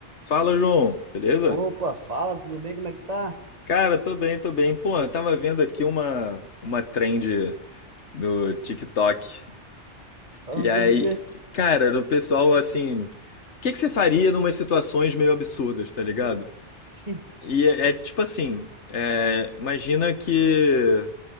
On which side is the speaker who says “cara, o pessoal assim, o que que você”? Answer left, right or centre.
Left